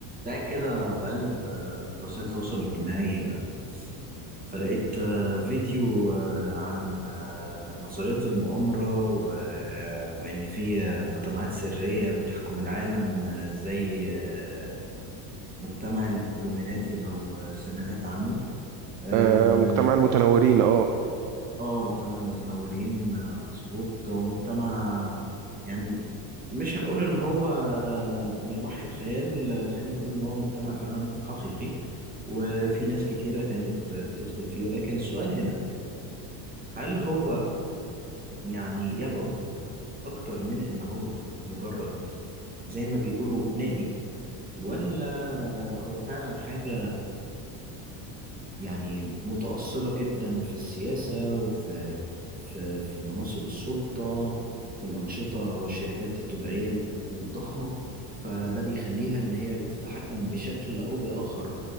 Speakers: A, on the right; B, on the right.
A: ده كده بقلب آه، في وسائل التواصل الاجتماعي آه، فلقيت آه، فيديو آه، عن آه، نظرية المؤامرة و... آه، وإن في آه، مجتمعات سرية بتحكم العالم آه، زي آه، مجتمع الإلوميناتي لو آه، سمعت عنه آه،
B: آه، مجتمع المتنورين اه
A: اه مجتمع المتنورين آه، مظبوط هو مجتمع يعني مش هنقول ان هو آه، من وحي الخيال آه، خلينا نقول ان هو مجتمع فعلا حقيقي وفي ناس كتيرة كانت آه، بتدخل فيه ولكن السؤال هنا هل هو يعني يبعد اكتر من ان هو مجرد زي ما بيقولوا نادي ولا هو فعلا حاجة يعني متأصلة جدا في السياسة وفي في في مناصب السلطة في الأنشطة والشركات التجارية الضخمة فده بيخليها إن هي بتتحكم بشكل أو بآخر